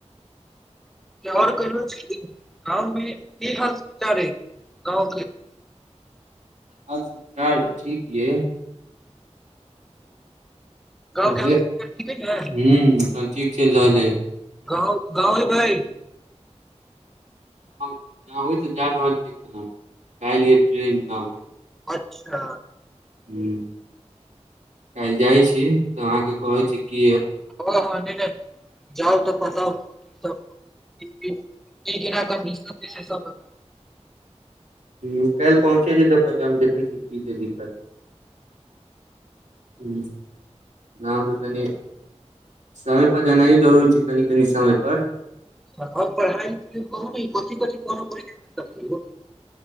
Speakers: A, in the centre; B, on the right.
A: ओर कहल गाँव मे की हाल समाचार है गाँव के <unintelligible>
B: हाल समचार ठीक यै
A: गाँव
B: ओहे
A: के हाल
B: हूंम्म
A: समाचार ठीक अइ ने
B: अखन ठीक चलि रहल ये
A: गाँव गाँव एबै
B: हम गाँव तऽ जा रहल छियै ओना काल्हि ये ट्रेन गाँवके
A: अच्छा
B: हू काल्हि जाइ छी तऽ आहाँके कहै छी कि
A: ओ हँ नहि नहि जाउ तऽ बताउ सब दिक सबता <unintelligible>
B: ह काल्हि पहुँचे छै तऽ पहिले हम देखै छियै की छै दिक्कत हँ गाँव के तनी समय पर जेनाइयो जरुरी छै कनि कनि समय पर
A: पढ़ाइ कथि कथित करै पड़ सब <unintelligible>